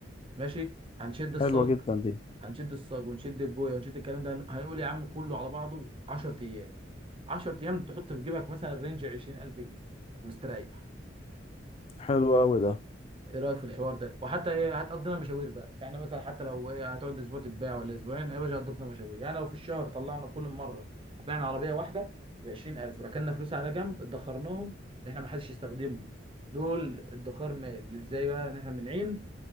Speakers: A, on the right; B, on the left.
A: ماشي هنشد الصاج
B: حلوة جدا دي
A: هنشد الصاج ونشد البوية ونشد الكلام ده هن- هنقول يا عم كله على بعضه 10 ايام 10 ايام تحط في جيبك مثلا رينج 20000 جنيه مستريح
B: حلو قوي ده
A: ايه رايك في الحوار ده وحتى ايه هتقضينا مشاوير بقى يعني مثلا حتى لو ايه هتقعد اسبوع تتباع ولا اسبوعين أيوة يا باشا قضتنا مشاوير يعني لو في الشهر طلعنا كل مره بعنا عربيه واحده ب 20000 وركننا فلوسها على جنب ادخرناهم اللي احنا ما حدش يستخدمهم دول ادخار مال ازاي بقى ان احنا من عين